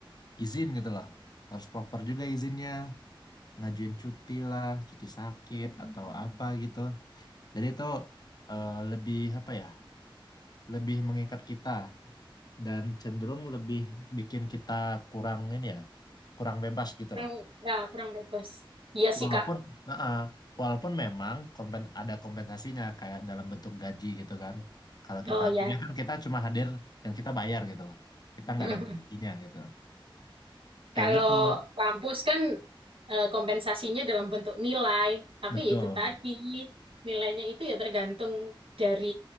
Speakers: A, on the left (about 50°); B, on the right (about 85°).
A: izin gitu lah. Harus proper juga izinnya ngajuin cuti lah, cuti sakit atau apa gitu. Jadi itu eh, lebih apa ya, lebih mengikat kita dan cenderung lebih bikin kita kurang ini ya, kurang bebas gitu
B: Kurang,
A: lah.
B: ya, kurang bebas. Iya sih,
A: Walaupun,
B: Kak.
A: Heeh. walaupun memang kompen, ada kompensasinya kayak dalam bentuk gaji gitu kan. Kalau
B: Oh
A: kita
B: ya.
A: kuliah kan kita cuma hadir dan kita bayar gitu loh. Kita nggak
B: <laughs>
A: dapat gajinya gitu. Kayak
B: Kalau
A: gitu,
B: kampus kan eh, kompensasinya dalam bentuk nilai, tapi
A: betul.
B: ya itu tadi nilainya itu ya tergantung dari